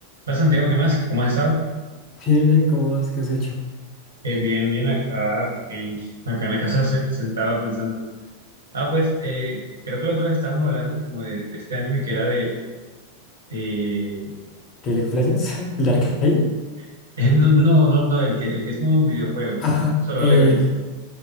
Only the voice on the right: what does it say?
Hola Santiago, ¿qué más? ¿Cómo has estado?
Eh, bien, bien, acá, eh, acá en la casa se- sentado pensando. Ah, pues, eh, creo que la otra vez estábamos hablando como de, de este anime que era de, de...
<laughs> eh, no, no, no, no, el que, el que es como un videojuego,
Solo
Leveling.